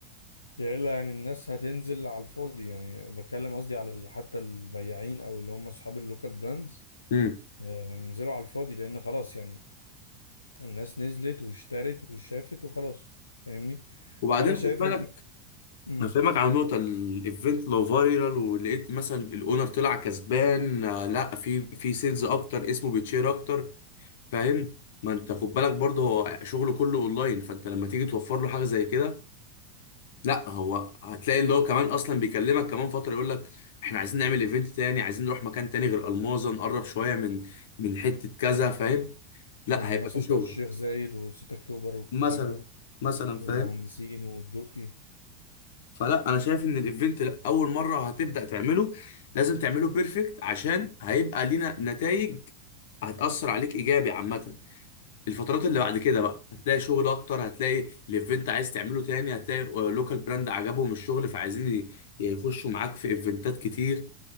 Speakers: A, on the left; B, on the left.
A: يا إلا يعني الناس هتنزل على الفاضي يعني بتكلم قصدي على ال- حتى البياعين او اللي هم اصحاب اللوكال براندز
B: امم
A: هينزلوا على الفاضي لان خلاص يعني الناس نزلت واشترت وشافت وخلاص فاهمني
B: وبعدين
A: فانا شايف
B: خد بالك
A: ان امم
B: هفهمك على
A: قول
B: نقطة
A: لي.
B: الايفنت لو فايرال ولقيت مثلا الاونر طلع كسبان آه، لا في في سيلز اكتر اسمه بيتشير اكتر فاهم ما انت خد بالك برضه هو شغله كله اونلاين فانت لما تيجي توفر له حاجة زي كده لا هو هتلاقي اللي هو كمان اصلا بيكلمك كمان فترة يقول لك احنا عايزين نعمل ايفنت تاني عايزين نروح مكان تاني غير الماظة نقرب شوية من من حتة كذا فاهم
A: من
B: لا هيبقى
A: مثلا
B: في شغل
A: بتوع الشيخ زايد و6 اكتوبر والكلام
B: مثلا
A: ده
B: مثلا فاهم
A: والمهندسين والدقي
B: فلا انا شايف ان الايفنت لا، اول مره هتبدا تعمله لازم تعمله بيرفكت عشان هيبقى لينا نتائج هتاثر عليك ايجابي عامه الفترات اللي بعد كده بقى هتلاقي شغل اكتر هتلاقي الايفنت عايز تعمله تاني هتلاقي لوكال براند عجبهم الشغل فعايزين ي- يخشوا معاك في ايفنتات كتير